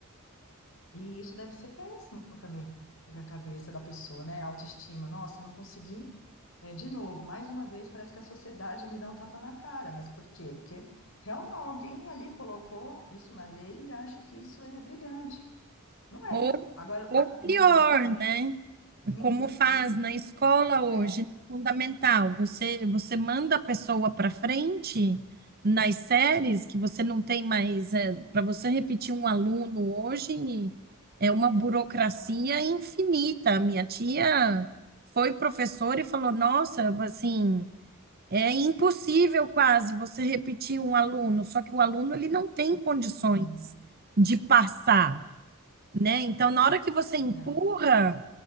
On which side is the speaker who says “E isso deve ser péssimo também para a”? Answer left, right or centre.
Left